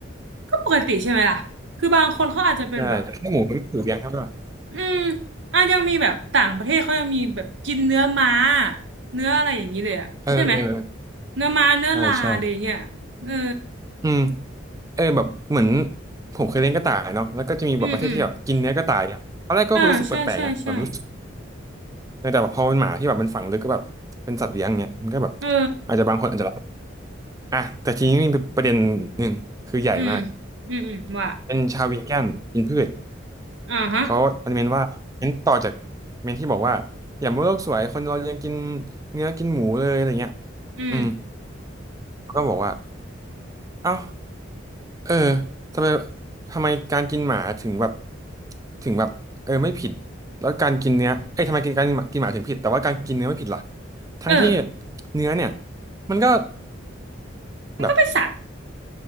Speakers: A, on the right; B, on the right.
A: ก็ปกติใช่ไหมล่ะคือบางคนเขาอาจจะเป็นแบบ
B: ใช่แต่แค่หมูมันไม่ถูกเลี้ยงครับว่า
A: อืมอ่ะยังมีแบบต่างประเทศเขายังมีแบบกินเนื้อม้าเนื้ออะไรอย่างนี้เลยอะใช่ไหม
B: เออเออ
A: เนื้อม้าเนื้อลาอะไรอย่างเงี้ยเออ
B: ใช่ใช่อืมเออแบบเหมือนผมเคยเลี้ยงกระต่ายเนาะแล้วก็จะมีแบบประเทศที่แบบกินเนื้อกระต่ายอ่ะตอนแรกก็รู้สึกแปลกๆนะแบบรู้สึก
A: อืมอืมเออใช่ใช่ใช่
B: แต่แบบพอเป็นหมาที่แบบมันฝังลึกก็แบบเป็นสัตว์เลี้ยงเงี้ยมันก็แบบ
A: เออ
B: อาจจะบางคนอาจจะ อ่ะแต่ทีนี้มีประเด็นหนึ่งคือใหญ่มาก
A: อืมอืมอืมว่ะ
B: เป็นชาววีแกนกินพืช
A: อ่าฮะ
B: เขาอนุเมนว่าเน้นต่อจากเมนที่บอกว่าอย่ามัวโลกสวยคนเรายังกินเนื้อกินหมูเลยอะไรเงี้ย
A: อืม
B: อืมก็บอกว่าเอ้าเออทำไมทำไมการกินหมาถึงแบบถึงแบบเออไม่ผิดแล้วการกินเนื้อเอ้ยทำไมกินการกินหมากินหมาถึงผิดแต่ว่าการกินเนื้อไม่ผิดล่ะทั้งที่
A: เออ
B: เนื้อเนี่ยมันก็
A: มันก็เป็นสัตว์
B: แบบ